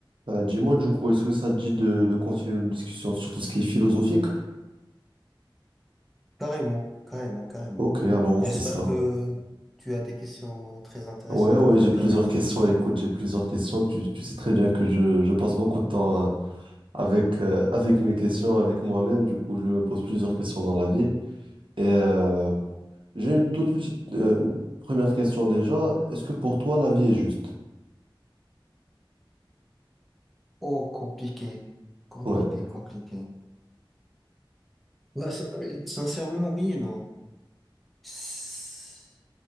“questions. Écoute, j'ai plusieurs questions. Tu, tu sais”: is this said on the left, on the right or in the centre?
Right